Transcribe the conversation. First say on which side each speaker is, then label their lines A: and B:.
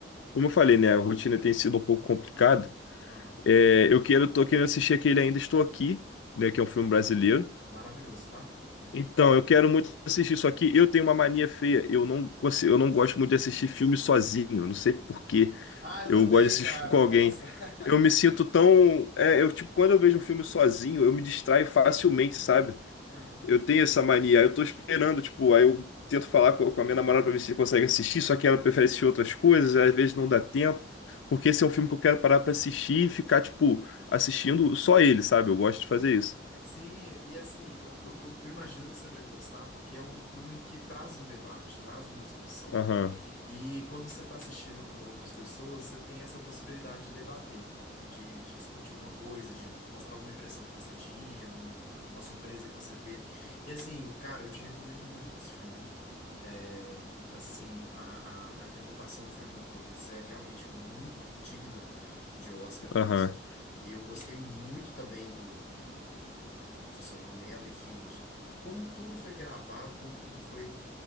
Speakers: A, on the left; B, on the left.
A: como eu falei, né? A rotina tem sido um pouco complicada.
B: Aham,
A: É, eu quero, tô querendo assistir aquele Ainda Estou Aqui, né? Que é um filme brasileiro.
B: Maravilhoso, tá? Muito
A: Então,
B: bom.
A: eu quero muito assistir isso aqui. Eu tenho uma mania feia. Eu não, consigo- eu não gosto muito de assistir filme sozinho. Não sei por quê.
B: Ah, eu
A: Eu
B: também,
A: gosto de assistir
B: cara.
A: com alguém.
B: Nossa. <laughs>
A: Eu me sinto tão. É, eu, tipo, quando eu vejo um filme sozinho, eu me distraio facilmente, sabe?
B: Aham.
A: Eu tenho essa mania. Aí Eu tô esperando, tipo, aí eu tento falar com, com a minha namorada pra ver se consegue assistir, só que ela prefere assistir outras coisas, às vezes não dá tempo. Porque esse é um filme que eu quero parar pra assistir e ficar, tipo, assistindo só ele, sabe? Eu gosto de fazer isso.
B: Sim, e assim, eu, eu, eu eu imagino que você vai gostar, porque é um filme que traz um debate, traz uma discussão.
A: Aham,
B: E quando você está assistindo com outras pessoas, você tem essa possibilidade de debater, de, de discutir alguma coisa, de mostrar alguma impressão que você tinha, um- uma surpresa que você teve. E assim, cara, eu te recomendo muito esse filme. É, assim, a, a, a interpretação do Fernando Torres é realmente muito digna de Oscar mesmo.
A: aham,
B: Eu gostei muito também do, do, do, do, do Selton Mello, enfim, de como tudo foi gravado, como tudo foi